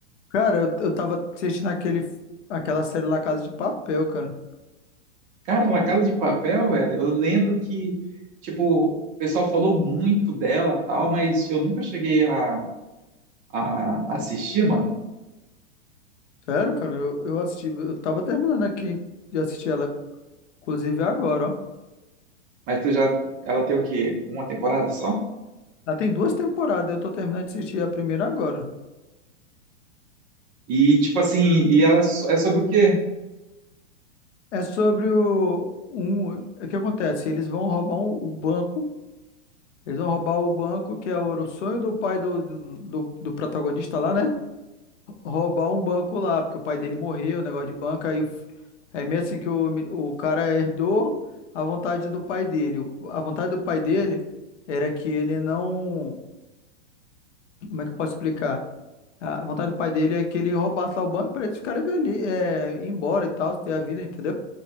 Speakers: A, on the left; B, on the right.
A: Cara, eu, eu tava assistindo aquele, aquela série lá Casa de Papel, cara.
B: Cara, La Casa de Papel, velho, eu lembro que, tipo, o pessoal falou muito dela, tal, mas eu nunca cheguei a, a assistir, mano.
A: Sério, cara, eu, eu assisti. Eu tava terminando aqui de assistir ela, inclusive agora, ó.
B: Mas tu já, ela tem o quê? Uma temporada só?
A: Ela tem duas temporadas, eu tô terminando de assistir a primeira agora.
B: E, tipo assim, e ela é so- é sobre o quê?
A: É sobre o. Um, o que acontece? Eles vão roubar um- o banco. Eles vão roubar o banco que é o era o sonho do pai do, do, do do protagonista lá, né? roubar um banco lá, porque o pai dele morreu, negócio de banco, aí o, f- aí meio assim que o, me- o cara herdou a vontade do pai dele. O- A vontade do pai dele era que ele não, como é que eu posso explicar? A vontade do pai dele é que ele roubasse lá o banco para eles ficarem ali, é, ir embora e tal, ter a vida, entendeu?